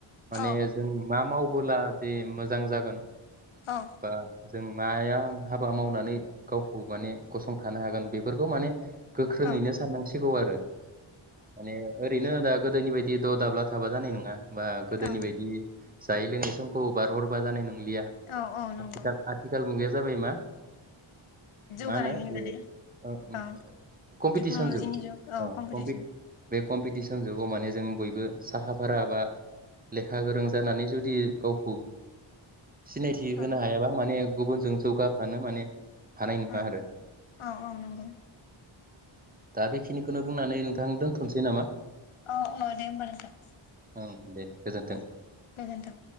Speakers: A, on the right (about 20°); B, on the left (about 80°).
A: माने
B: औ
A: जों मा मावबोला दे मोजां जागोन
B: औ
A: बा जों माया हाबा मावनानै गावखौ माने गसंथानो हागोन बेफोरखौ माने गोख्रोङैनो
B: औ
A: साननांसिगोन सिगौ आरो माने ओ ओरैनो दा गोदोनि बायदि द दाब्ला थाबा जानाय नङा बा गोदोनि
B: औ
A: बायदि जायै लोङै समखौ बारहरबा जानाय नं लिया
B: औ औ नंगौ
A: आथिखाल आथिखाल मुगाया जाबाय मा मा
B: जौगानायनि
A: होनो
B: माने
A: बे
B: औ
A: कम्पिटिसन
B: टेक्न'लजिनि
A: जुग
B: औ कम्पिटिसन
A: बे कम्पिटिसन जुगाव माने जों बयबो साहा फारा बा लेखा गोरों जानानै जुदि गावखौ सिनायथि
B: औ
A: होनो हायाबा माने गुबुनजों जौगाफानो माने हानाय नङा
B: ओं
A: आरो
B: औ औ नंगौ
A: दा बेखिनिखौनो बुंनानै नोंथां दोनथ'सै नामा
B: अ अ दे ओमबालाय नोंथां
A: ओं दे गोजोन्थों।
B: ओं गोजोन्थों